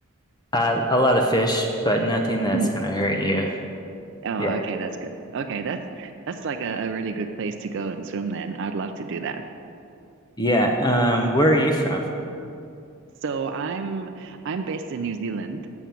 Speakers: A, on the left; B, on the right.
A: Uh, a lot of fish, but nothing that's
B: Mm.
A: going to hurt you.
B: Oh,
A: Yeah.
B: okay, that's good. Okay, that's that's like a, a really good place to go and swim then. I'd love to do that.
A: Yeah, um, where are you from?
B: So I'm I'm based in New Zealand.